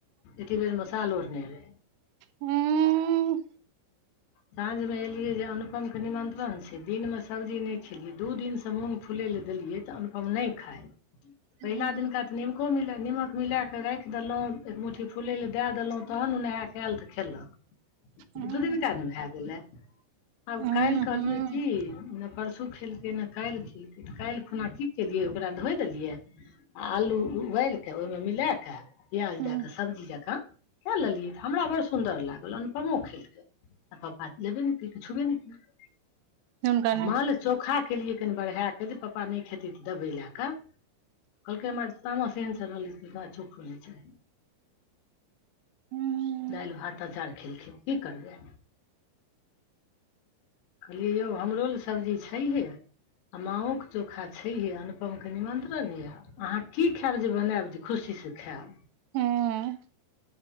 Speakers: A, on the left; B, on the right.
A: एते बेर मे साल ओढ़ने रहै
B: हुँ
A: साँझ मे एलिये जे अनुपम कऽ निमंत्रन छै दिन मऽ सब्जी नै खेलियै दू दिन सँ मुंग फुलै लऽ देलियै तऽ अनुपम नै खाय
B: हूँ
A: पहिला दिनका निमको मिला निमक मिला कऽ राइख देलहुँ एक मुट्ठी फुलै लऽ दैय देलहुँ तहन उ नेहा ऐल तऽ खेलक
B: हूँ
A: दू दिनका नऽ भैय गेलै आब
B: हूँ
A: काल्हि कहलिये
B: हूँ
A: की परसू खेलकै नऽ काल्हि खेलकै तऽ काल्हि खुना की केलियै ओकरा धोइ देलियै आ आलू उवाइल कऽ ओहिमे मिला कऽ प्याज
B: हूँ
A: दैच कऽ सब्जी जका खैय लेलियै तऽ हमरा बड़ सुंदर लागल अनुपमो खेलकै आ पपा लेबे नै केलकै छुबे नै केलकै
B: हुनका
A: आ
B: नहि
A: माँ लऽ चौ खा केलियै कनि बरहै कऽ जे पपा नय खेतै तऽ दबै लै कऽ कहलकै हमरा तामस एहन चरहल ऐ जे दाइ चोखो नय चाहि
B: हूँ
A: दाइल, भात, अचार खेलखिन की करबै कहलियै यौ हमरो लऽ सब्जी छैहे आ माँओ कऽ चोखा छैहे अनुपम कऽ निमन्त्रण यऽ अहाँ की खैब जे बनैब जे खुशीसँ खैब
B: हँ